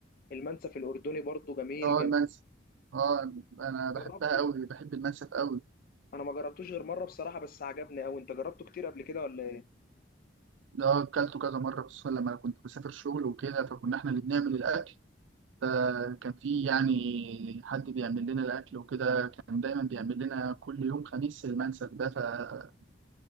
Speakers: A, on the left (about 50°); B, on the right (about 85°).
A: المنسف الاردني برضو جميل
B: اه
A: جميل
B: المنسف اه انا بحبها
A: جربته
B: قوي بحب المنسف قوي
A: انا ما جربتوش غير مره بصراحه بس عجبني قوي انت جربته كتير قبل كده ولا ايه
B: ده اكلته كذا مره خصوصا لما كنت بسافر شغل وكده فكنا احنا اللي بنعمل الاكل فكان في يعني حد بيعمل لنا الاكل وكده كان دايما بيعمل لنا كل يوم خميس المنسف ده ف-